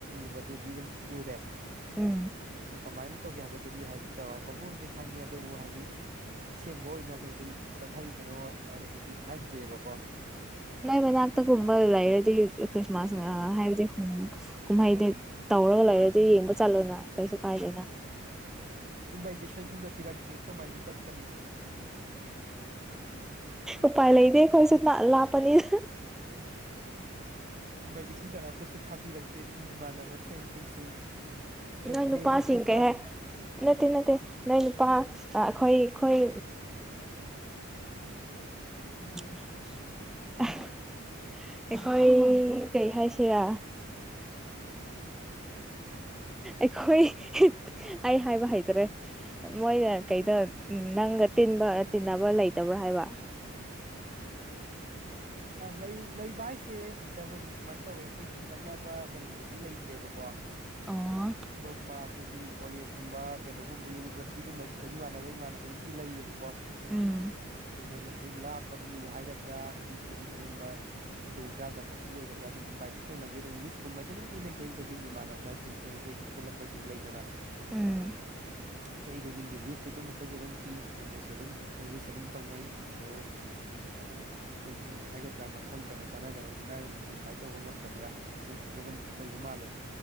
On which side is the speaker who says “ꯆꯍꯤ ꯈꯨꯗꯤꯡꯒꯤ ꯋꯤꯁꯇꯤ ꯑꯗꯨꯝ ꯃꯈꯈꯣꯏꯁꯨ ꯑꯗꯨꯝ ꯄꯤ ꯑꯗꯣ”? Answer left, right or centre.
Right